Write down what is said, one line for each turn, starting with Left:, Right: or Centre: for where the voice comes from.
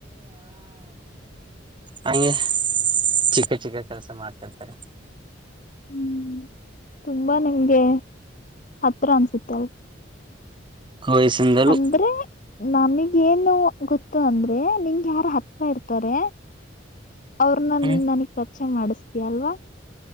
Right: ಹಂಗೆ ಚಿಕ್ಕ ಚಿಕ್ಕ ಕೆಲಸ ಮಾಡ್ತಂತಾರೆ
Left: ಹ್ಮ್ ತುಂಬಾ ನಿಮ್ಗೆ ಹತ್ರ ಅನ್ಸುತ್ತೆ
Right: ವಯಸ್ಸಿಂದಲೂ
Left: ಅಂದ್ರೆ ನಮಗೇನು ಗೊತ್ತು ಅಂದ್ರೆ ನಿಂಗ್ ಯಾರ ಹತ್ರ ಇರ್ತಾರೆ ಅವ್ರನ
Right: ಹ್ಮ್
Left: ನೀನ್ಗ ಪರಿಚಯ ಮಾಡಿಸ್ತಿ ಅಲ್ವಾ